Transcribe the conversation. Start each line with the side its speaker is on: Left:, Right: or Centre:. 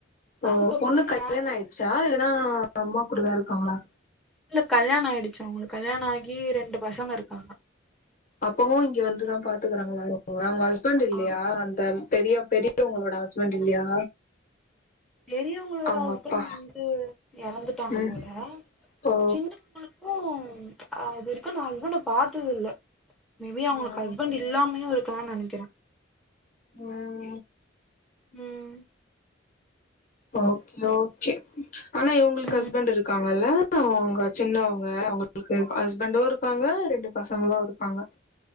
Left: ஓ
Centre: அதுக்கப்றோ
Left: பொண்ணுக் கல்யாண
Centre: நானு
Left: ஆயிட்ச்சா இல்லன்னா அம்மா கூடதா இருக்காங்களா
Centre: இல்ல கல்யாண ஆயிடுச்சி அவுங்களுக்கு கல்யாண ஆகி ரெண்டு பசங்க இருக்காங்க
Left: அப்பவு இங்கே வந்துதா பாத்துக்கறாங்களா இவுங்க அவுங்க ஹஸ்பண்ட் இல்லையா
Centre: ஆ
Left: அந்த பெரியா பெரியவுங்களோட ஹஸ்பண்ட் இல்லையா
Centre: பெரியவுங்களோட
Left: அவங்க
Centre: ஹஸ்பண்ட்
Left: அப்பா
Centre: வந்து எறந்துட்டாங்க
Left: ம்
Centre: போல
Left: ஓ
Centre: சின்னவுங்களுக் கூ அது வரைக்கூ நா ஹஸ்பண்ட பாத்தது இல்ல மே பி அவுங்களுக்கு
Left: ம்
Centre: ஹஸ்பண்ட் இல் இல்லாமையு இருக்கலான்னு நெனைக்கிறே
Left: ம்
Centre: ம்
Left: ஓகே ஓகே ஆனா இவங்களுக்கு ஹஸ்பண்ட்
Centre: ம்
Left: இருக்காங்கல்ல அவுங்க சின்னவங்க அவுங்களுக்கு ஹஸ்பண்டு இருக்காங்க ரெண்டு பசங்களு இருக்காங்க